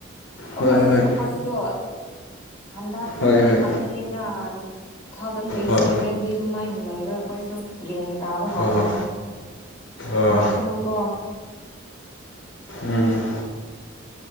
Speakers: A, on the left; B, on the left.
A: ꯑꯩꯈꯣꯏ
B: ꯍꯣꯏ
A: ꯑꯩꯈꯣꯏꯁꯨ
B: ꯍꯣꯏ
A: ꯍꯟꯗꯛꯇꯒꯤ
B: ꯍꯣꯏ ꯍꯣꯏ
A: ꯈꯠꯇꯅꯦꯗ ꯇꯨꯊꯥꯎꯖꯟ ꯇ꯭ꯋꯦꯟꯇꯤ
B: ꯍꯣꯏ
A: ꯁꯦꯚꯦꯟꯗꯤ ꯑꯗꯨꯃꯥꯏꯅ ꯂꯩꯔꯣꯏ ꯑꯩꯈꯣꯏꯁꯨ ꯒꯦꯟ ꯇꯥꯕ ꯍꯧꯈ꯭ꯔꯅꯤ
B: ꯑꯥ ꯑꯥ
A: ꯅꯣꯛꯀꯅꯨꯀꯣ
B: ꯎꯝ